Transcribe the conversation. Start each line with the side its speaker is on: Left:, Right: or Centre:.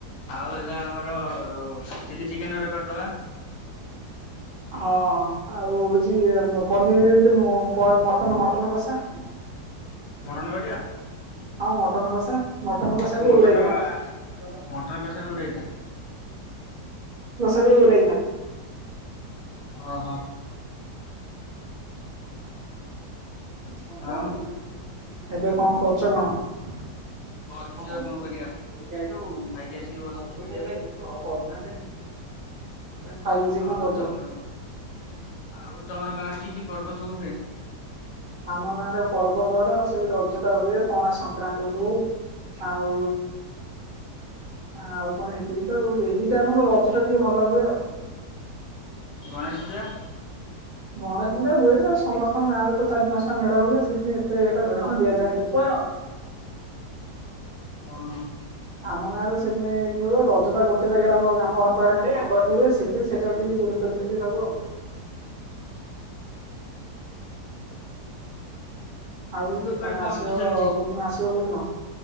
Left: ଆଉ ହେଲା ଆମର ଚିଲି ଚିକେନ ଗୋଟେ କରିଦବା?
Right: ହଁ ହଁ ଆଉ ହଉଚି ପନିର ମ ମଟନ ମଟନ କଷା।
Left: ସ୍ମରଣ କରିବା?
Right: ହଁ ମଟନ କସା? ମଟନ କଷା
Left: ଆସ୍
Right: କୁ ଓଉ ରାଇତା।
Left: ଟା ବା
Right: ମଟନ କଷାକ
Left: ମଟନ କଷା ଦୂରେଇଥା।
Right: କୁ ଅଉ ରାଇତା।
Left: ଓହୋ।
Right: <unintelligible>
Left: ଆଉ
Right: ଏବେ କଣ କରୁଚ କଣ? <unintelligible>
Left: ବସିଛି ଆଉ କଣ କରିବା ଖାଇକି ଆସିକି ବସିଛି
Right: ଖାଇ ପିଇ
Left: ଆଉ
Right: କଣ କରୁଛ?
Left: ତମର ଆଉ ତମର ଗାଁରେ କି କି ପର୍ବ ସବୁ ହୁଏ?
Right: ଆମ ଗାଁରେ ପର୍ବ କଣ ସେଇ ରଜ ଟା ହୁଏ ପଣା ସଂକ୍ରାନ୍ତି ହୁଏ? ଆଉ ଆଉ କଣ ଏତିି ତ ଏଇ? ଆମର ରଜ ଟା ଟିକେ ଭଲ ହୁଏ ଆଉ।
Left: ଗଣେଶଜା
Right: ଗଣେଶ ପୂଜା ହୁଏ ଆଉ ସମସ୍ତଙ୍କ ଗାଁରେ ଚାରି ପାଞ୍ଚଟା ମେଢ ହୁଏ ସେଥିପାଇଁ ଏତେ ଟା ଦିଆଯାଏନାହିଁ।
Left: ଓଁ ହୋ।
Right: ଆମ ଗାଁରେ ସେଥିପାଇଁ କି ହ ରଜଟା ଗୋଟେ ଜାଗାରେ ଆର ଆମ ଘର ପାଖରେ ଖାଲିୁଏ ସେ ସେଇଟା ଟିକେ ଗୁରୁ ତ୍ତ୍ଵ ଦେଇଚି ସବୁ ଆଉ। ଆଉ
Left: ବେପାର
Right: ତମେ
Left: କଣ
Right: ଆସିବ
Left: କେମିତି ଚାଲିଛି?
Right: କୋଉ ଦିନ ଆସିବ କୋଉ ଦିନ